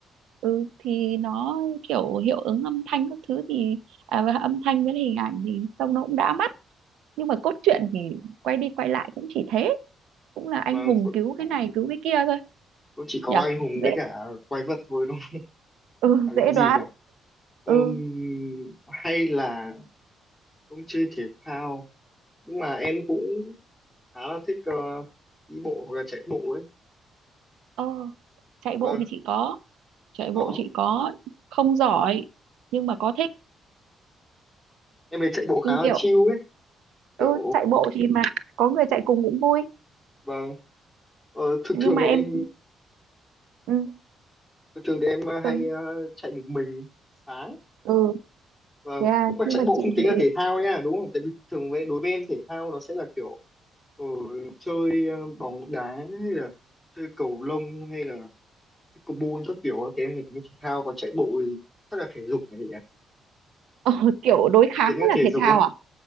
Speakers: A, on the right; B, in the centre.
A: ừ thì nó kiểu hiệu ứng âm thanh các thứ thì à, và âm thanh với hình ảnh thì trông nó cũng đã mắt nhưng mà cốt truyện thì quay đi quay lại cũng chỉ thế cũng là anh
B: vâng
A: hùng
B: cũng
A: cứu cái này cứu cái kia thôi
B: cũng chỉ có
A: nhở
B: anh hùng với
A: dễ
B: cả quái vật thôi đúng
A: ừ
B: không chẳng
A: dễ
B: có gì
A: đoán
B: nhỉ Ừm,
A: ừ
B: hay là ông chơi thể thao nhưng mà em cũng khá là thích ờ, đi bộ hoặc là chạy bộ ấy
A: ờ chạy bộ
B: vâng
A: thì chị có chạy
B: đó
A: bộ chị có không giỏi nhưng mà có thích
B: em ấy chạy bộ khá
A: nhưng
B: là
A: kiểu
B: chill ấy kiểu
A: ừ chạy bộ thì mà có người chạy cùng cũng vui
B: vâng ờ, thường
A: nhưng
B: thường
A: mà
B: thì
A: em
B: em
A: ừ,
B: thường thường thì em ờ, hay
A: thường
B: ờ, chạy một mình sáng
A: ừ
B: vâng
A: thế à
B: nhưng mà
A: nhưng
B: chạy
A: mà
B: bộ
A: chị
B: không tính
A: thì
B: là thể thao nha đúng không tại vì thường với đối với em thể thao nó sẽ là kiểu ờ, chơi ờ, bóng đá hay là chơi cầu lông hay là pickleball các kiểu thì em mới tính thể thao còn chạy bộ thì chắc là thể dục nhỉ
A: ờ, kiểu đối
B: Có
A: kháng
B: tính là
A: mới là
B: thể
A: thể
B: dục
A: thao
B: không
A: à